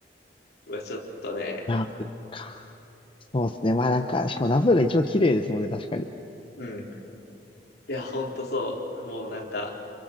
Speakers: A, on the left; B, on the left.
A: うわちょっとね、
B: ナブーか。そうっすね。まあなんか、しかもナブーが一番綺麗ですもんね、確かに。
A: うん。いや、ほんとそう。もうなんか、